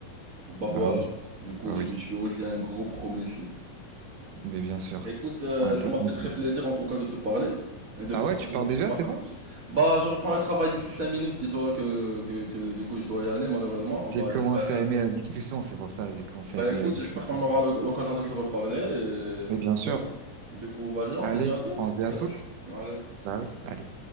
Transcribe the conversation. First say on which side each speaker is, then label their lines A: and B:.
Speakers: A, on the right; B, on the right.
A: bah voilà.
B: Bah oui,
A: Du coup,
B: bah
A: je
B: oui,
A: suis, je suis aussi un gros pro Messi.
B: mais bien sûr.
A: Écoute, euh,
B: On a
A: ça
B: tous
A: m'a
B: Messi.
A: fait très plaisir en tout cas de te parler et de
B: Ah
A: partager
B: ouais, tu pars
A: notre
B: déjà,
A: passage.
B: c'est bon?
A: Bah, je reprends le travail d'ici 5 minutes. Dis-toi que, que, que du coup, je dois y aller malheureusement.
B: J'ai
A: Bah,
B: commencé
A: j'espère. euh,
B: à aimer la discussion, c'est pour ça, j'ai commencé
A: Bah,
B: à aimer
A: écoute,
B: la discussion.
A: j'espère qu'on aura le- l'occasion de se reparler. Et...
B: Mais bien sûr.
A: Ouais. Du coup, vas-y, on
B: Allez,
A: se dit à toutes.
B: on se
A: On
B: dit
A: se
B: à toutes.
A: laisse. Allez.
B: Bah oui, allez.